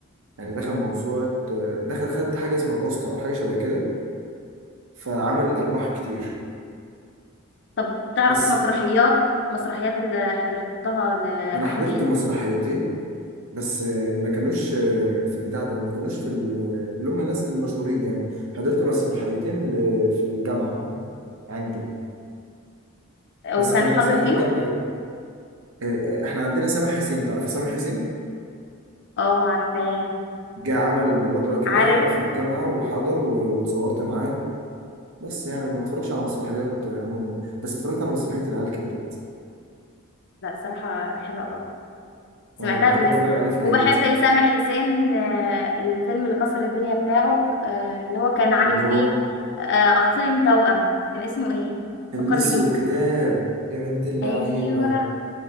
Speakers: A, on the right; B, on the left.
A: يعني دخل موسوعة دخل خد حاجة اسمها الأوسكار أو حاجة شبه كده فعمل أرباح كتير
B: طب تعرف
A: بس
B: مسرحيات مسرحيات اللي حضرتها لأحمد
A: أنا حضرت
B: حلمي
A: مسرحيتين بس ما كانوش في البتاع ده ما كانوش في ال- اللي هم الناس المشهورين يعني حضرت مسرحيتين ل- في الجامعة عندي بس
B: وكان
A: كانت
B: حاضر
A: مسرحيات
B: فيهم
A: جامدة أوي آه، إحنا عندنا سامح حسين تعرفي سامح حسين؟
B: اه عارفاه
A: جه عمل مبادرة كده
B: عارف
A: في الجامعة وحضر و- واتصورت معاه بس يعني ما اتفرجش على مسرحيات عموما بس اتفرجت على مسرحية العيال كبرت
B: لا صراحة حلوة قوي سمعتها
A: اه بحب
B: قبل
A: اتفرج
B: كده
A: عليه في العيد
B: وبحب لسامح حسين آه، الفيلم اللي كسر الدنيا بتاعه آه، اللي هو كان عامل
A: اللي
B: فيه
A: هو
B: آه، أخين توأم كان اسمه ايه
A: اللص
B: فكرني بيه
A: والكتاب يا بنت اللعيبة
B: ايوه